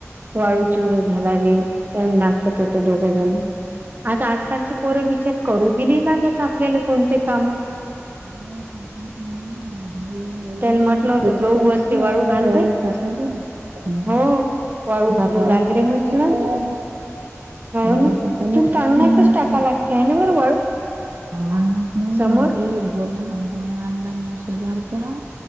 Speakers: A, on the right; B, on the right.
A: वाळू चुर
B: हम्म.
A: घालागे पाऊण नाकटत तो दोघजण. आता आजकालचे पोर विचार करू बी नाही लागत आपल्याला कोणते काम
B: <unintelligible>
A: त्याला म्हटलं होतं
B: <unintelligible>
A: गहू वरती वाळू घाल रे हो वाळू घालू
B: वाळू
A: लाग
B: टाकायला
A: रे म्हटलं
B: तयार
A: <unintelligible>
B: नाही
A: हो
B: वाळू
A: ना
B: टाकायला
A: तून
B: तयार
A: तळणाचाच
B: नाही म्हटलं
A: टाका लागते आहे ना बरोबर <unintelligible>
B: आणलाच नाही
A: समोर
B: मग बाई
A: <unintelligible>
B: एक गोला गोला आणलाग ना शेजारता